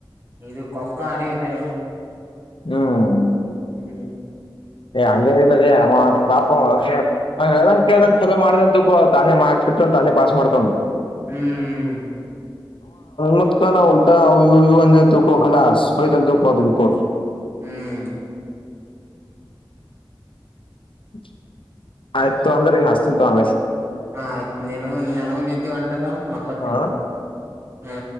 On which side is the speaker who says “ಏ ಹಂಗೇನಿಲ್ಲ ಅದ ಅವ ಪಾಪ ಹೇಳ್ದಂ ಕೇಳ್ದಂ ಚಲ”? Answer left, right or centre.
Left